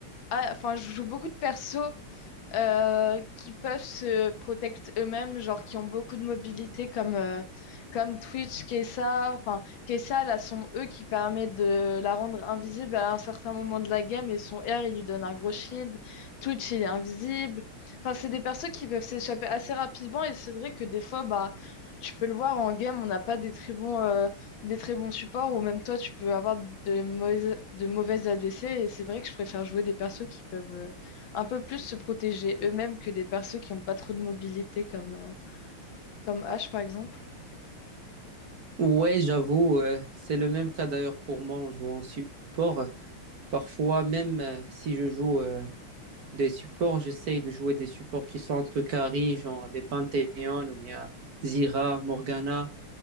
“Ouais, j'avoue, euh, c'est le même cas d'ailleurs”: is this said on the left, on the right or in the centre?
Right